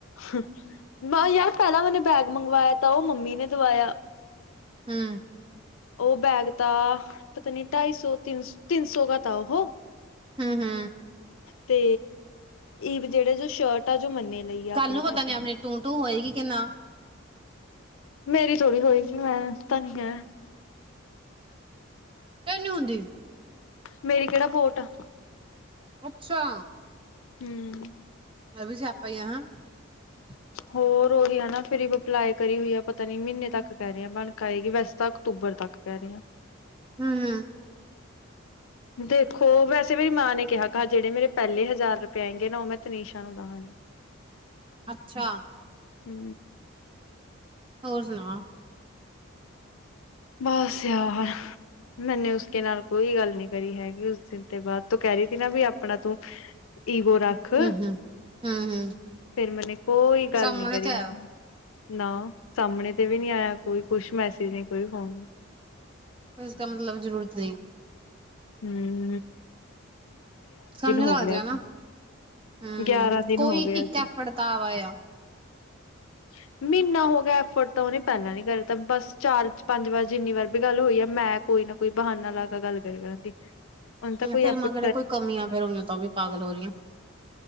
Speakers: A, on the left; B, on the right.
A: ਹੂੰ, ਯਾਰ ਪਹਿਲਾਂ ਮੈਨੇ ਬੈਗ ਮੰਗਵਾਇਆ, ਤਾਂ ਉਹ ਮੰਮੀ ਨੇ ਦਵਾਇਆ।
B: ਹੂੰ,
A: ਉਹ ਬੈਗ ਤਾਂ ਪਤਾ ਨੀ ਢਾਈ ਸੌ, ਤਿੰਨ ਤਿੰਨ ਸੌ ਕ ਥਾ ਉਹ।
B: ਹੂ ਹੂ
A: ਤੇ ਈਵ ਜਿਹੜੇ ਜੋ ਸ਼ਰਟ ਤਾ ਜੋ ਮੰਨੇ ਲਈ ਆ
B: ਕੱਲ
A: ਆਪਣੇ
B: ਨੂੰ
A: ਪੈਸਿਆਂ
B: ਪਤਾ ਨੀ ਆਪਣੀ ਟੂ ਟੂ ਹੋਏਗੀ ਕਿ ਨਾ
A: ਮੇਰੀ ਥੋੜ੍ਹੀ ਹੋਏਗੀ, ਮੈਂ ਤਾਂ ਨਹੀਂ ਹੈ।
B: ਫੇਰ ਨੀ ਹੁੰਦੀ।
A: ਮੇਰੀ ਕਿਹੜਾ ਬੋਟ ਆ।
B: ਅੱਛਾ,
A: ਹੂੰ,
B: ਇਹ ਵੀ ਸਿਆਪਾ ਹੀ ਆ ਹੈਂ <unintelligible>
A: ਹੋਰ ਉਹੀ ਹੈ ਨਾ ਫਿਰ ਅਪਲਾਏ ਕਰੇਗੀ, ਪਤਾ ਨੀ ਮਹੀਨੇ ਤੱਕ ਕਹਿ ਰਹੇ ਬਣਕੇ ਆਏਗੀ ਵੈਸੇ ਤ ਅਕਤੂਬਰ ਤੱਕ ਪੈ ਰਹੇ ਹਾ।
B: ਹੂ ਹੂ
A: ਦੇਖੋ ਵੈਸੇ ਮੇਰੀ ਮਾਂ ਨੇ ਕਿਹਾ ਕਿਹਾ ਜਿਹੜੇ ਮੇਰੇ ਪਹਿਲੇ ਹਜ਼ਾਰ ਰੁਪਏ ਆ ਹੈਂਗੇ ਨਾ ਉਹ ਮੈਂ ਤਨੀਸ਼ਾ ਨੂੰ ਦਵਾਂਗੀ।
B: ਅੱਛਾ।
A: ਹੂ
B: ਹੋਰ ਸੁਣਾ?
A: ਬਸ ਯਾਰ। ਮੈਨੇ ਉਸਕੇ ਨਾਲ ਕੋਈ ਗੱਲ ਨੀ ਕਰੀ ਹੈਗੀ ਉਸ ਦਿਨ ਤੇ ਬਾਅਦ ਤੂੰ ਕਹਿ ਰਹੀ ਸੀ ਨਾ ਵੀ ਆਪਣਾ ਤੂੰ ਈਗੋ ਰੱਖ,
B: ਹੂੰ ਹੂੰ ਹੂੰ ਹੂੰ
A: ਫਿਰ ਮੈਨੇ ਕੋਈ ਗੱਲ
B: ਸਾਹਮਣੇ
A: ਨੀ ਕਰੀ।
B: ਤੇ ਆਇਆ
A: ਨਾ ਸਾਹਮਣੇ ਤੇ ਵੀ ਨਹੀਂ ਆਇਆ ਕੋਈ, ਕੁਛ ਮੈਸੇਜ ਨਹੀਂ ਕੋਈ ਫੋਣ ਨਹੀਂ।
B: ਉਸਕਾ ਮਤਲਬ ਜ਼ਰੂਰਤ ਨਹੀਂ।
A: ਹੂ
B: ਸਮਝ ਲੱਗ
A: ਹੋ ਗਿਆ
B: ਜਾ
A: ਅੱਜ
B: ਨਾ, ਹੂ
A: ਗਿਆਰਾਂ ਦਿਨ
B: ਕੋਈ
A: ਹੋ ਗਿਆ
B: ਇੱਕ
A: ਅੱਜ
B: ਐਫਟ ਦਾ ਆਵਾ ਆ। <unintelligible>
A: <unintelligible> ਮਹੀਨਾ ਹੋ ਗਿਆ ਐਫੋਰਡ ਤਾਂ ਉਹਨੇ ਪਹਿਲਾਂ ਨ ਕਰ ਦਿੱਤਾ, ਬਸ ਚਾਰ ਪੰਜ ਵਾਰ ਜਿੰਨੀ ਵਾਰ ਵੀ ਗੱਲ ਹੋਈ ਆ ਮੈਂ ਕੋਈ ਨਾ ਕੋਈ ਬਹਾਨਾ ਲਾ ਕੇ ਗੱਲ ਕਰਗਾ ਨਾ, ਦੀ।
B: <unintelligible>
A: ਔ ਨ ਤਾਂ ਕੋਈ ਐਫਟ
B: ਜਿਹੜਾ ਕੋਈ ਕਮੀਆਂ ਫਰ ਉਈਆਂ ਤੋਂ ਉਹ ਵੀ ਪਾਗਲ ਹੋ ਰਹੀਆਂ।